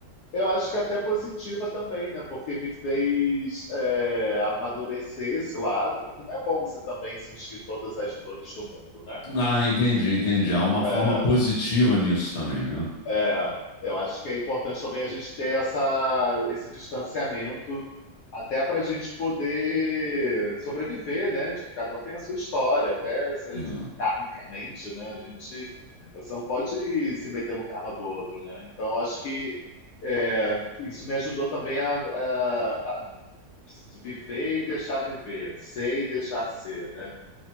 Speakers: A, on the left; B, on the left.
A: eu acho que é até positiva também, né? Porque me fez é, amadurecer esse lado, porque não é bom você também sentir todas as dores do mundo, né?
B: Ah, entendi, entendi. Há uma
A: É,
B: forma positiva nisso também, né?
A: É, eu acho que é importante também a gente ter essa, esse distanciamento até para a gente poder sobreviver, né? Tipo, cada um tem a sua história, até se a
B: Não.
A: gente karmicamente, né? A gente você não pode ir se meter no karma do outro, né? Então acho que é, isso me ajudou também a, a- a viver e deixar viver, ser e deixar ser, né?